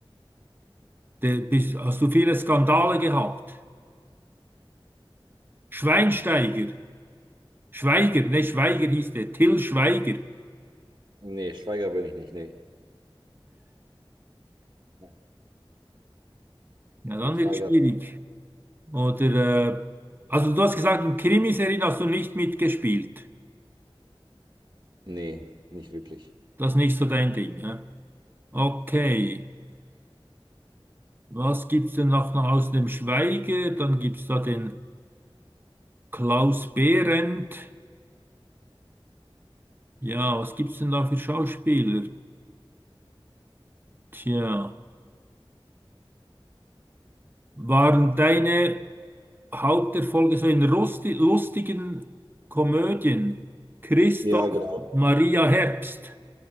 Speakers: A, on the right; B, on the right.
A: der bist, hast du viele Skandale gehabt? Schweinsteiger. Schweiger, ne, Schweiger hieß der. Till Schweiger.
B: Nee, Schweiger bin ich nicht. Nee. Ja.
A: Ja, dann
B: Den Schweiger.
A: wird schwierig. Oder, äh, also du hast gesagt, in Krimiserien hast du nicht mitgespielt.
B: Nee, nicht wirklich.
A: Das ist nicht so dein Ding, hä? Okay. Was gibt's denn noch, noch aus dem Schweige? Dann gibt's da den Klaus Behrendt. Ja, was gibt's denn da für Schauspieler? Tja, waren deine Haupterfolge so in rusti lustigen Komödien? Christoph
B: Ja, genau.
A: Maria Herbst,